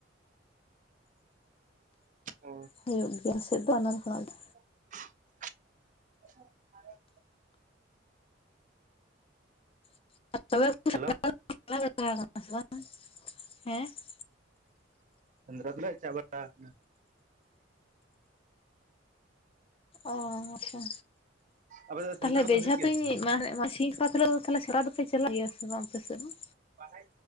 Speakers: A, on the right; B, on the left.
A: ᱚ
B: ᱦᱩᱭᱩᱜ ᱜᱮᱭᱟ ᱟᱞᱮ ᱥᱮᱫ ᱫᱚ ᱟᱭᱳ. ᱦᱚᱲ ᱠᱚᱣᱟᱜ ᱫᱚᱼᱼ
A: <inaudible>
B: ᱚᱵ
A: ᱦᱮᱞᱳ
B: <unintelligible> ᱵᱟᱝ ᱦᱮᱸ
A: ᱥᱮᱸᱫᱽᱨᱟ ᱫᱚᱞᱮ ᱪᱟ ᱵᱟᱲᱟ ᱠᱟᱱᱟ
B: ᱚ ᱟᱪᱪᱷᱟ
A: ᱟᱯᱮ ᱫᱚ
B: ᱛᱟᱦᱞᱮ
A: ᱥᱮᱸᱫᱽᱨᱟ ᱠᱚᱫᱚ
B: ᱵᱮᱡᱷᱟ
A: ᱦᱩᱭᱩᱜ ᱜᱮᱭᱟ
B: ᱛᱩᱧ
A: ᱥᱮ ᱵᱟᱝ
B: ᱮᱢᱮᱫ ᱢᱟ ᱥᱤᱧ ᱯᱟᱛᱨᱚ ᱛᱟᱦᱚᱞᱮ ᱥᱮᱫᱽᱨᱟ ᱫᱚᱯᱮ ᱪᱟᱞᱟᱜ ᱜᱮᱭᱟ ᱥᱮ ᱵᱟᱝ ᱟᱯᱮ ᱥᱮᱫ ᱦᱚᱸ
A: ᱯᱟᱲᱦᱟᱭ